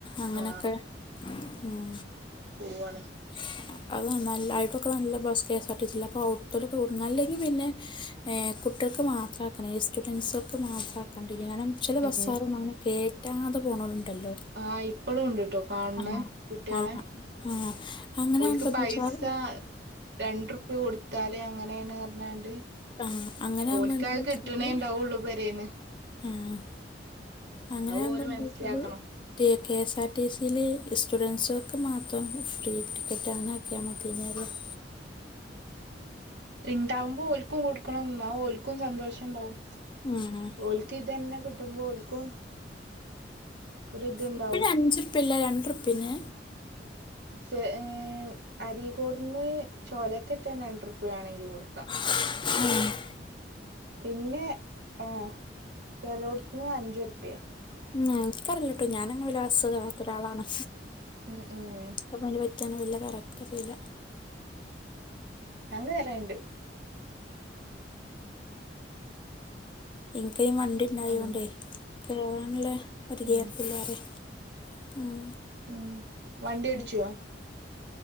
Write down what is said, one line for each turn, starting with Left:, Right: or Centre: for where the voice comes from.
Left: അങ്ങനൊക്കെ
Right: ആ
Left: ഉം
Right: പോവാണ്
Left: <unintelligible> നല്ല bus K S R T സില്ല <unintelligible> അല്ലെങ്കിൽ പിന്നെ ഏഹ് കുട്ടികക്ക് മാത്രാക്കണം സ്റ്റുഡൻറ്സുകൾക്ക് മാത്രാക്കണ്ടീനും കാണം ചില ബസ്സാരൊന്നും
Right: ഉം
Left: അങ്ങനെ കേറ്റാതെ പോണോലുണ്ടല്ലോ
Right: ആയിപ് എപ്പഴും ഉണ്ട് കേട്ടോ കാണണ്
Left: ആഹാ.
Right: കുട്ടികളെ
Left: ആഹ്. ആഹ്. അങ്ങനെ
Right: ഓൽക്ക്
Left: ആവുമ്പോ എന്താച്ചാല്
Right: പൈസ രണ്ട റുപ്പി കൊടുത്താല് അങ്ങനെയാണ് പറഞ്ഞാണ്ട്
Left: ആഹ് അങ്ങനെ
Right: ഓൽക്ക്
Left: ആവുമ്പോ എന്താച്ചാല്
Right: അതു കിട്ടണേ ഇണ്ടാവുള്ളൂ പൊരേന്ന്
Left: ആഹ് അങ്ങനെയാകുമ്പോൾ
Right: അത് ഓല് മനസ്സിലാക്കണം
Left: <unintelligible> ട്ടി കെ എസ് ആർ ടി സില് സ്റ്റുഡൻറ്സുകൾക്ക് മാത്രം ഫ്രീ ടിക്കറ്റ് ആന്നാ <unintelligible>
Right: ഉം ഇണ്ടാവുമ്പോ ഒൽക്കും കൊടുക്കണം എന്നാ ഒൽക്കും സന്തോഷം ഉണ്ടാവും
Left: ഉം ഉം
Right: ഓൽക്ക് ഇത് തന്നെ കിട്ടുമ്പോൾ ഓൽക്കും ഒരിതുണ്ടാവും
Left: എപ്പഴ അഞ്ചുർപ്പല്ല രണ്ടുർപ്പെന്നേ
Right: ഛെ ഏഹ് അരീക്കോടുന്ന് ചോലേക്കെറ്റ രണ്ടുർപിയ ആണെങ്കി കൊടുക്കാ
Left: ഉം
Right: പിന്നെ ആഹ് ചിലോടുത്തുന്ന് അഞ്ചുർപ്പ്യെ
Left: ഉം എനിക്കറിയില്ല ട്ടോ ഞാനങ്ങനെ വല്ല ബസ്സ്‌ കേറാത്ത ഒരാളാണ്
Right: ഉം ഉം
Left: <unintelligible> വല്ല കറക്റ്റ് അറിയില്ല
Right: ഞാ കേറേണ്ട്
Left: എൻക്കയ്ന് വണ്ടി ഉണ്ടായോണ്ടേ
Right: ഉം
Left: കേറാനുള്ള ഒരു
Right: ഉം
Left: ഗ്യാപ്പ് ഇല്ലാ പറയാ ഉം
Right: ഉം വണ്ടി
Left: <unintelligible>
Right: ഓടിച്ചോ